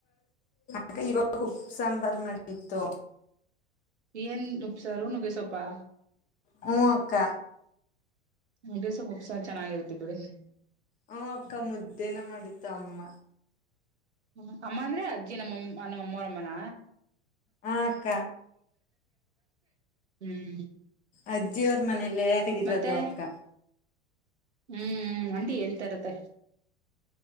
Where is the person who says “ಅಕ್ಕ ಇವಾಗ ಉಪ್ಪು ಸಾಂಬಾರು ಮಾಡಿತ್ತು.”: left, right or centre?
Left